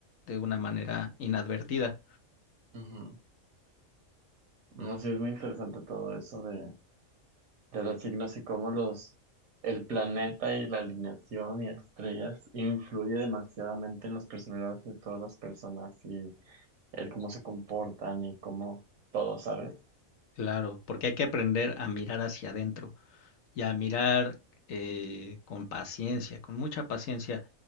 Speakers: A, on the left; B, on the right.
A: de una manera inadvertida.
B: Ujú. No, sí, es muy interesante todo eso de, de los signos y cómo los, el planeta y la alineación y estrellas influye demasiadamente en las personalidades de todas las personas y el cómo se comportan y cómo todo, ¿sabes?
A: Claro, porque hay que aprender a mirar hacia adentro y a mirar eh, con paciencia, con mucha paciencia.